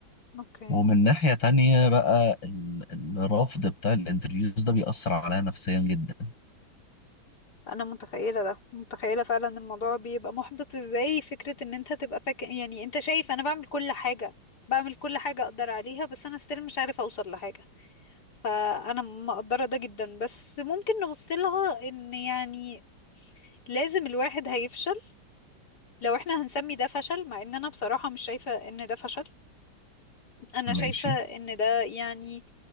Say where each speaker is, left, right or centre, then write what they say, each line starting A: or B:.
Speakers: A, on the left; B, on the left.
A: اوكي
B: ومن ناحيه تانية بقى ال- الرفض بتاع الانترفيوز ده بيأثر عليا نفسيا جدا
A: انا متخيلة ده متخيلة فعلا إن الموضوع بيبقى محبط ازاي فكرة ان انت تبقى فاكر يعني انت شايف انا بعمل كل حاجة بعمل كل حاجة اقدر عليها بس انا استيل مش عارفة اوصل لحاجة فانا مقدرة ده جدا بس ممكن نبص لها ان يعني لازم الواحد هيفشل لو احنا هنسمي ده فشل مع ان انا بصراحة مش شايفة ان ده فشل انا شايفة
B: ماشي
A: ان ده يعني